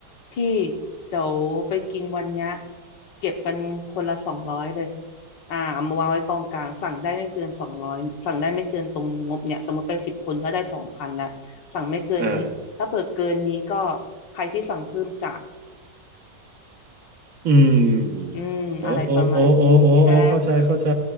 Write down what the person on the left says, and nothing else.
พี่เดี๋ยวไปกินวันเนี้ยเก็บกันคนละสองร้อยเลยอ่าเอามาวางไว้กองกลางสั่งได้ไม่เกินสองร้อยสั่งได้ไม่เกินตรงงบเนี่ยสมมติไปสิบคนก็ได้สองพันละสั่งไม่เกินนี้ถ้าเปิดเกินนี้ก็
ใครที่สั่งเพิ่มจ่าย
อืมอะไรประมาณนี้ใช่